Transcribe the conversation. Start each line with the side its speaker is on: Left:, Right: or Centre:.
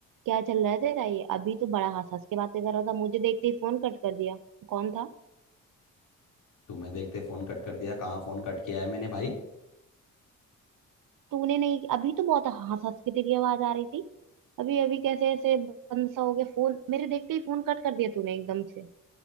Right: क्या चल रहा है तेरा ये अभी तो बड़ा हंस हंस के बातें कर रहा था मुझे देखते ही फोन कट कर दिया कौन था
Left: तुम्हें देखते phone cut कर दिया कहाँ फोन कट किया है मैंने भाई
Right: तूने नहीं अभी तो बहुत हंस हंस के तेरी आवाज आ रही थी अभी अभी कैसे ऐसे बंद सा हो गया फोन मेरे देखते ही फोन कट कर दिया तूने एकदम से